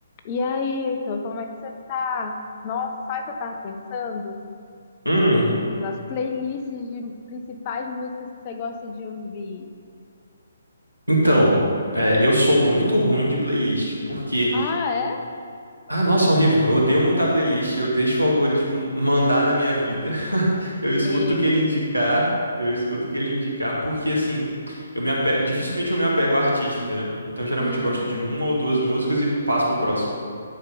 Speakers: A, on the left; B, on the right.
A: E aí, Heitor, como é que você tá? Nossa, sabe o que eu tava pensando?
B: Hum,
A: Nas playlists de principais músicas que você gosta de ouvir.
B: então, é, eu sou muito ruim de playlist, porque.
A: Ah, é?
B: Ah, nossa, horrível. Eu odeio montar playlist, eu deixo o algoritmo mandar na minha vida. <laughs> Eu escuto
A: E,
B: o que ele indicar, eu escuto o que ele indicar, porque assim, eu me apego, dificilmente eu me apego ao artista, entendeu? Então, geralmente
A: Hum.
B: eu gosto de uma ou duas músicas e passo pro próximo.